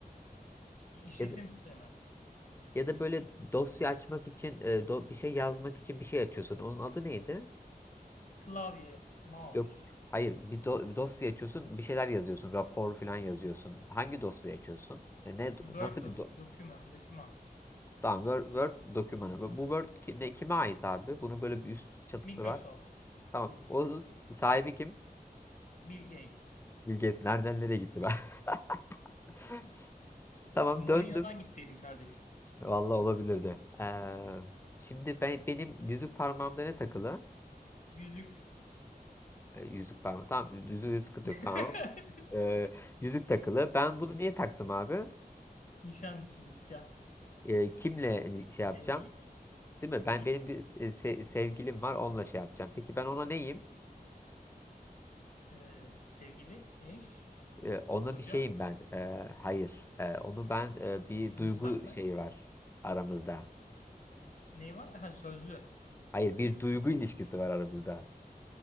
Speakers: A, on the left; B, on the left.
A: İşletim
B: Ya da,
A: sistemi.
B: ya da böyle dosya açmak için e, do- bir şey yazmak için bir şey açıyorsun. Onun adı neydi?
A: Klavye. Mouse.
B: Yok. Hayır. Bir do- dosya açıyorsun. Bir şeyler yazıyorsun. Rapor falan yazıyorsun. Hangi dosya açıyorsun? E, ne
A: Word
B: nasıl
A: dok-
B: bir do
A: doküman. Doküman.
B: Tamam. Word, Word dokümanı. Bu Word ki- ne, kime ait abi? Bunun böyle bir üst çatısı
A: Microsoft.
B: var. Tamam. O s- sahibi kim?
A: Bill Gates.
B: Bilges nereden nereye gitti ben? <laughs> Tamam
A: Mourinho'dan
B: döndüm.
A: gitseydin kardeş.
B: Vallahi olabilirdi. Ee, şimdi ben benim yüzük parmağımda ne takılı?
A: Yüzük.
B: Ee, yüzük parmağı. Tamam yüzüğü sıkıntı
A: <laughs>
B: yok tamam. Ee, yüzük takılı. Ben bunu niye taktım abi?
A: Nişan için nikah.
B: Ee, kimle
A: Zaten
B: e, şey yapacağım?
A: evlilik,
B: Değil mi? Ben
A: e-
B: benim bir e, se- sevgilim var onunla şey yapacağım. Peki ben ona neyim?
A: e, sevgili, eş,
B: Ee, ona
A: koca,
B: bir şeyim ben. Ee, hayır. Ee, onu ben e, bir
A: müstakbel.
B: duygu şeyi var aramızda.
A: Ne var? Ha sözlü.
B: Hayır bir duygu ilişkisi var aramızda.